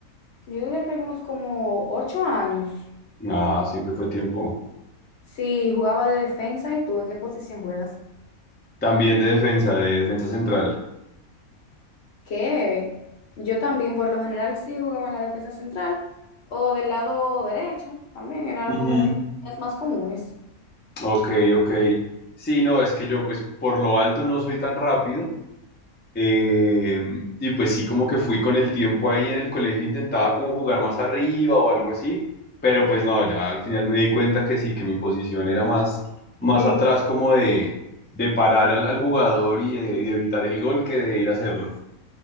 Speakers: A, on the left (about 55°); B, on the left (about 15°).
A: yo diría que algunos como ocho años.
B: Ah, siempre fue tiempo.
A: Sí, jugaba de defensa. ¿Y tú en qué posición juegas?
B: También de defensa, de defensa central.
A: que yo también por lo general sí jugaba en la defensa central o del lado derecho, también era
B: Ujú.
A: como mis posiciones más comunes.
B: Ok, ok. Sí, no, es que yo pues por lo alto no soy tan rápido. eh, y pues sí, como que fui con el tiempo ahí en el colegio, intentaba como jugar más arriba o algo así, pero pues no, ya al final me di cuenta que sí, que mi posición era más, más
A: <laughs> Ujú.
B: atrás como de, de parar al, al jugador y de, y de evitar el gol que de ir a hacerlo.